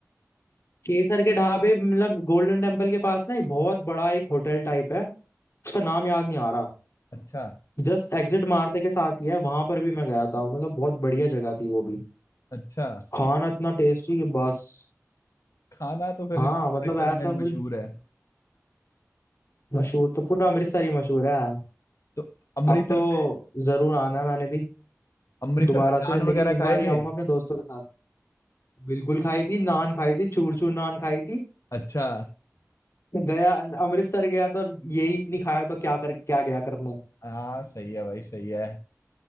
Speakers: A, on the left; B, on the left.
A: केसर के ढाबे मतलब गोल्डन टेम्पल के पास ना एक बहुत बड़ा एक होटल टाइप है उसका नाम याद नहीं आ रहा
B: अच्छा
A: जस्ट एग्जिट मारते के साथ ही है वहां पर भी मैं गया था मतलब बहुत बढ़िया जगह थी वो भी
B: अच्छा
A: खाना इतना टेस्टी कि बस
B: खाना तो फिर
A: हाँ
B: अमृतसर
A: मतलब ऐसा
B: में
A: फुल
B: मशहूर है
A: मशहूर तो पूरा अमृतसर ही मशहूर है
B: तो अमृतसर
A: अब तो
B: में
A: जरूर आना है मैंने भी
B: अमृतसर
A: दोबारा
B: में नान
A: से लेकिन
B: वगैरह
A: इस बार
B: खाए
A: ही
B: थे
A: आऊंगा अपने दोस्तों के साथ बिल्कुल खाई थी नान खाई थी चूर चूर नान खाई थी
B: अच्छा
A: गया अमृतसर गया तो यही नहीं खाया तो क्या कर क्या गया करने
B: हाँ सही है भाई सही है